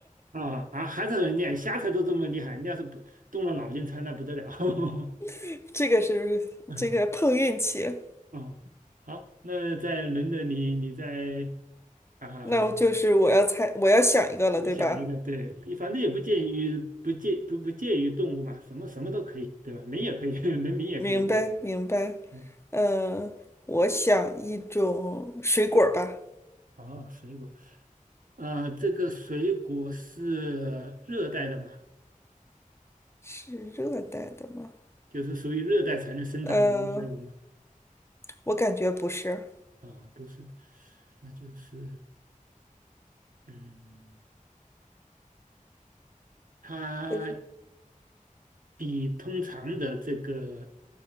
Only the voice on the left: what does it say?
<laughs> 这个是这个碰运气。
那我就是我要猜，我要想一个了，
对吧？
明白明白。
嗯，我想一种水果儿吧，
是热带的吗？
呃，我感觉不是，
就是